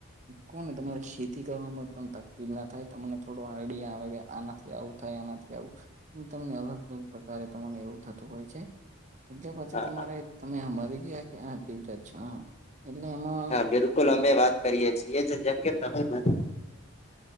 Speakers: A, on the right (about 35°); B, on the left (about 30°).
A: કોણ ને તમારે ખેતી કરવાવામાં પણ તકલીફ ના થાય તમને થોડો આઈડિયા આવે કે આ આવું થાય આનાથી આવું તમને અલગ અલગ પ્રકારે તમાને એવું થતું હોય છે. એટલે પછી
B: હા હા
A: તમારે તમે મરી ગયા કે આ જીવતાજ છો હા એટલે એમાં
B: હા બિલકુલ અમે વાત કરીએ છી એ જેમ કે સમય